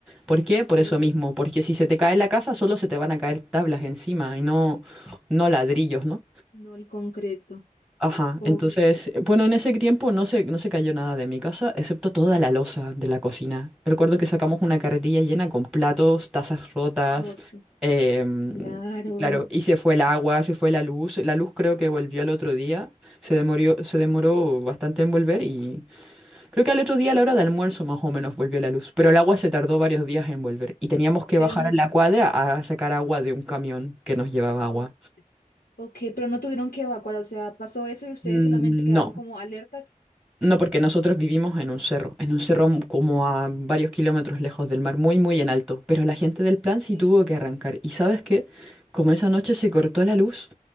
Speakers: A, in the centre; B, on the left (about 85°).
A: ¿Por qué?
B: Ok,
A: Por eso mismo, porque si se te cae la casa solo se te van a caer tablas encima y no, no ladrillos, ¿no?
B: no el concreto.
A: Ajá,
B: Ok,
A: entonces, bueno, en ese tiempo no se, no se cayó nada de mi casa, excepto toda la loza de la cocina. Recuerdo que sacamos una carretilla llena con platos, tazas rotas,
B: rotos.
A: em,
B: Claro.
A: y claro, y se fue el agua, se fue la luz. La luz creo que volvió al otro día, se demoró, se demoró bastante en volver y creo que al otro día a la hora de almuerzo más o menos volvió la luz, pero el agua se tardó
B: Pe-
A: varios días en volver y teníamos que
B: Pero
A: bajar
B: no,
A: a la cuadra a sacar agua de un camión que nos llevaba agua.
B: o- ok, pero no tuvieron que evacuar, o sea, pasó eso y ustedes
A: Mm,
B: solamente quedaron
A: No,
B: como alertas.
A: No, porque nosotros vivimos en un cerro, en un cerro m- como a varios kilómetros lejos del mar, muy, muy en alto. Pero la gente del plan
B: Ok,
A: sí tuvo que arrancar. ¿Y sabes qué? Como esa noche se cortó la luz,